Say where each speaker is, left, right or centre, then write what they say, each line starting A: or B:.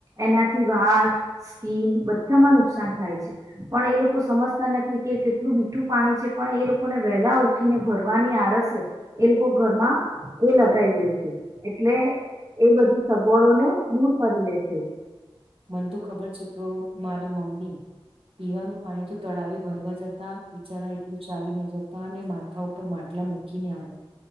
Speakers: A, on the right; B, on the right.
A: એનાથી વાળ સ્કીન બધામાં નુકસાન થાય છે પણ એ લોકો સમજતા નથી કે કેટલું મીઠું પાણી છે પણ એ લોકોને વહેલા ઉઠીને ભરવાની આળસે એ લોકો ઘરમાં એ લગાઈ દે છે એટલે એ બધી સગવડોને દૂર કરી લે છે.
B: મને તો ખબર છે કે મારા મમ્મી પીવાનું પાણી તો તળાવે ભરવા જતા બિચારા એટલું ચાલી ના જતા અને માથા ઉપર માટલા મૂકીને આવતા